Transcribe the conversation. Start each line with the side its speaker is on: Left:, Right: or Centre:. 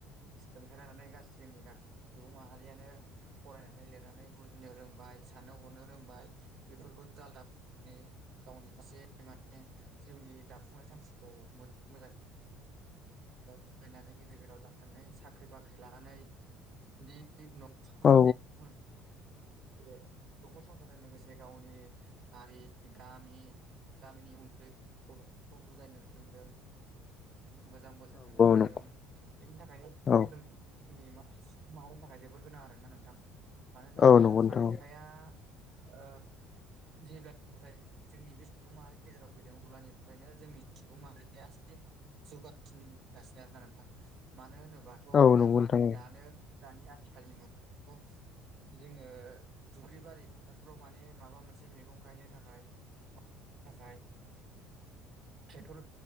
Right: सोलोंथाइ लानानै गासै जोंनि गासै सुबुं माहारियानो फरायनानै लिरनानै बुजिनो रोंबाय साननो हनो रोंबाय बेफोरखौ आलदा गावनि फारसे माने जिउनि दाफुंनाय थांखिखौ मोजां फरायनानै गिदिर गोलाव जाखांनानै साख्रि बाख्रि लानानै बिदि बे न'खर संसारखौ
Left: औ
Right: बे न'खर संसारजों लोगोसे गावनि हारि गामि गामिनि उन्दै गथ'फोरखौ बुजायनो रोंदों मोजां बोसोन होनो रोंदों
Left: नंगौ
Right: बेनि थाखायनो
Left: औ
Right: माहारिनि थाखाय जोबोद गोनां आरोोना नोंथां मानोना
Left: औ नंगौ नोंथां
Right: सोलोंथाइया ओ जेब्लानिफ्राय जोंनि बे सुबुं माहारिनि गेजेराव फैदों अब्लानिफ्रायनो जोंनि सुबुं माहारिया जौगासिनगासिनो आरोना नोंथां मानो होनोबाथ'
Left: औ
Right: नै
Left: नंगौ नोंथां
Right: दानो दानि आथिखालनि मुग' जोङो दुब्लि बारि फोथारफ्राव माने माबा मोनसे मैगं गायनो थाखाय थाखाय ट्रेक्टर